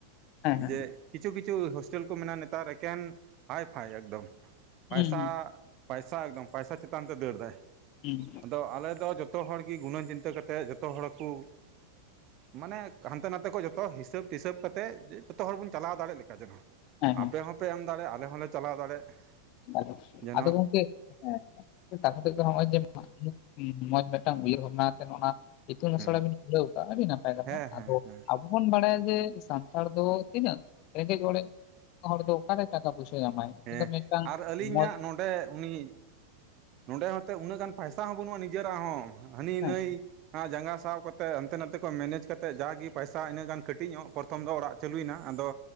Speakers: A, on the left; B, on the right.
A: ᱦᱮᱸ ᱦᱮᱸ
B: ᱡᱮ ᱠᱤᱪᱷᱩ ᱠᱤᱪᱷᱩ ᱦᱳᱥᱴᱮᱞ ᱠᱚ ᱢᱮᱱᱟᱜᱼᱟ ᱱᱮᱛᱟᱨ ᱮᱠᱮᱱ ᱦᱟᱭᱼᱯᱷᱟᱭ ᱮᱠᱫᱚᱢ
A: ᱦᱩᱸ
B: ᱯᱟᱭᱥᱟ
A: ᱦᱩᱸ
B: ᱯᱟᱭᱥᱟ ᱮᱠᱫᱚᱢ ᱯᱟᱭᱥᱟ ᱪᱮᱛᱟᱱ ᱛᱮ ᱫᱟᱹᱲ ᱫᱟᱭ
A: <unintelligible>
B: ᱟᱫᱚ ᱟᱞᱮ ᱫᱚ ᱡᱚᱛᱚ ᱦᱚᱲ ᱜᱤ ᱜᱩᱱᱟᱹᱱ ᱪᱤᱱᱛᱟᱹ ᱠᱟᱛᱮᱫ ᱡᱚᱛᱚ ᱦᱚᱲ ᱠᱩ ᱢᱟᱱᱮ ᱦᱟᱱᱛᱮ ᱱᱟᱛᱮ ᱠᱚᱡ ᱡᱚᱛᱚ ᱦᱤᱥᱟᱹᱵ ᱴᱤᱥᱟᱹᱵ ᱠᱟᱛᱮᱜ ᱡᱚᱛᱚ ᱦᱚᱲ ᱵᱚᱱ ᱪᱟᱞᱟᱣ ᱫᱟᱲᱮᱭᱟᱜ ᱞᱮᱠᱟ ᱡᱮᱱᱚ
A: ᱦᱮᱸ ᱦᱮᱸ
B: ᱟᱯᱮ ᱦᱚᱸᱯᱮ ᱮᱢ ᱫᱟᱲᱮᱭᱟᱜᱼᱟ ᱟᱞᱮ ᱦᱚᱸᱞᱮ ᱪᱟᱞᱟᱣ ᱫᱟᱲᱮᱜ
A: <unintelligible>
B: ᱡᱮᱱᱚ
A: ᱟᱫᱚ ᱜᱚᱝᱠᱮ ᱦᱮᱸ ᱛᱟ ᱠᱷᱟᱛ ᱱᱚᱜᱼᱚᱭ ᱡᱮ <unintelligible> ᱢᱚᱸᱡᱽ ᱢᱮᱫᱴᱟᱝ ᱩᱭᱦᱟᱹᱨ ᱵᱷᱟᱵᱽᱱᱟ ᱟᱛᱮ ᱱᱚᱜ ᱱᱟ ᱤᱛᱩᱱ
B: ᱦᱮᱸ
A: ᱟᱥᱲᱟ ᱵᱤᱱ ᱠᱷᱩᱞᱟᱹᱣ ᱟᱠᱟᱫᱼᱟ ᱟᱹᱰᱤ ᱱᱟᱯᱟᱭ ᱠᱟᱛᱷᱟ
B: ᱦᱮᱸ ᱦᱮᱸ
A: ᱟᱫᱚ ᱟ
B: ᱦᱮᱸ
A: ᱟᱵᱵᱚᱱ ᱵᱟᱲᱟᱭᱟ ᱡᱮ ᱥᱟᱱᱛᱟᱲ ᱫᱚ ᱛᱤᱱᱟᱹᱜ ᱨᱮᱸᱜᱮᱡ ᱚᱲᱮᱡ ᱦᱚᱲ ᱫᱚ ᱚᱠᱟᱨᱮ ᱴᱟᱠᱟ ᱯᱩᱭᱥᱟ ᱧᱟᱢᱟᱭ ᱩᱱᱤ
B: ᱦᱮᱸ
A: ᱫᱚ ᱢᱤᱫᱴᱟᱝ
B: ᱟᱨ ᱟᱹᱞᱤᱧᱟᱜ
A: ᱢᱚᱸᱡᱽ
B: ᱱᱚᱰ ᱰᱮ ᱩᱱᱤ ᱱᱚᱸᱰᱮ ᱦᱚᱸᱚᱛᱚ ᱩᱱᱟᱹᱜ ᱜᱟᱱ ᱯᱟᱭᱥᱟ ᱦᱚᱸ ᱵᱟᱹᱱᱩᱜᱼᱟ ᱱᱤᱡᱮᱨᱟᱜ ᱦᱚᱸ ᱦᱟᱹᱱᱤ
A: ᱦᱮᱸ
B: ᱱᱟᱹᱭ ᱟᱜ ᱡᱟᱸᱜᱟ ᱥᱟᱵ ᱠᱟᱛᱮ ᱦᱟᱱᱛᱮ ᱱᱟᱛᱮ ᱠᱚᱡ ᱢᱮᱱᱮᱡ ᱠᱟᱛᱮᱫ ᱡᱟᱜᱤ ᱯᱟᱭᱥᱟ ᱤᱱᱟᱹ ᱜᱟᱱ ᱠᱟᱹᱴᱤᱡ ᱧᱚᱜ ᱯᱚᱨ ᱯᱨᱚᱛᱷᱚᱢ ᱫᱚ ᱚᱲᱟᱜ ᱪᱟᱹᱞᱩᱭᱮᱱᱟ ᱟᱫᱚ